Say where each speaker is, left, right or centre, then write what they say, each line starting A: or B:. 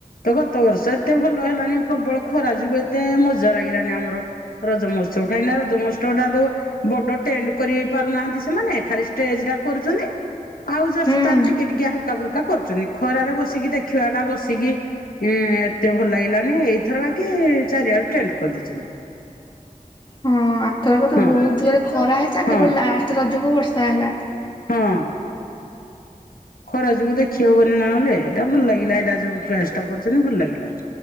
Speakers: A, on the left (about 80°); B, on the left (about 30°).
A: ତ ଗତ ବର୍ଷ ଏତେ ଭଲ ହେଲାନ ପ୍ରବଳ ଖରା ଯୋଗୁ ଏତେ ମଜା ଲାଗିଲାନି ଆମର ରଜ ମହୋତ୍ସବ କାହିଁକି ନା ରଜ ମହୋତ୍ସବଟା ଯଉ ବଡ ଟେଣ୍ଟ କରି ନାହାନ୍ତି ସେମାନେ ଖାଲି ଷ୍ଟେଜ ଟା କରୁଛନ୍ତି ଆଉ
B: ହୁଁ।
A: ତାର ଟିକେ ଟିକେ ହାଲକା ଫୁଲକା କରୁଛନ୍ତି ଖରାରେ ବସିକି ଦେଖିବା ଟା ବସିକି ଏତେ ଭଲ ଲାଗିଲାନି ଏଇଥର ବାକ ଚାରିଆଡୁ ଟେଣ୍ଡ କରିଦେଇଛନ୍ତି।
B: ହଁ ଆଥରକ ତ
A: ହଁ
B: ବହୁତ ଜୋରରେ ଖରା ହେଇଥିଲା
A: ହଁ
B: କେବଳ ଲାଷ୍ଟ ରଜକୁ ବର୍ଷା ହେଲା
A: ହଁ ଖରା ଯୋଗୁ ଦେଖି ହବନି ନହେଲେ ଏଇଟା ଭଲ ଲାଗିଲା ଏଇଟା ଯୋଉ ଚେଷ୍ଟା କରୁଛନ୍ତି ଭଲ ଲାଗିଲା